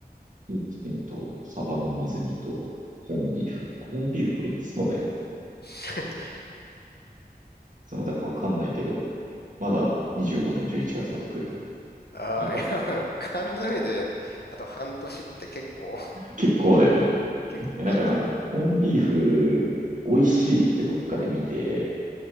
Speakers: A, on the right; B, on the left.
A: シーチキンとサバの水煮とコーンビーフ。コーンビーフこれいつのだよ。
B: <laughs>
A: いつのだかわかんないけど、まだ25年11月まで食えるな。
B: ああ、
A: なんか、
B: いや、缶詰で、あと半年って結構、
A: 結構だよね。
B: 結構だけど。
A: いやなんかあの、コーンビーフ、美味しいってどっかで見て、